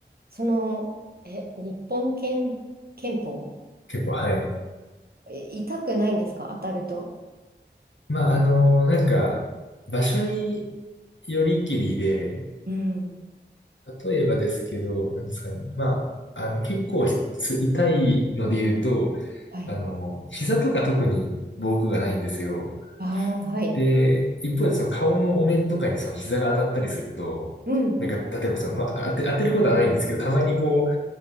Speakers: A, on the right; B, on the left.
A: その、え、日本憲、憲法
B: 結構、はい。
A: え痛くないんですか当たると。
B: まあ、あの、なんか、場所によりきりで、
A: うん。
B: 例えばですけど、なんですかね。まあ、あの、結構す痛いので言うと、
A: はい。
B: あの、膝とか特に防具がないんですよ。
A: ああ、はい。
B: で、一方でその顔のお面とかにその膝が当たったりすると、
A: うん。
B: なんか、例えばその、まあ、当て、当てることはないんですけど、たまにこう、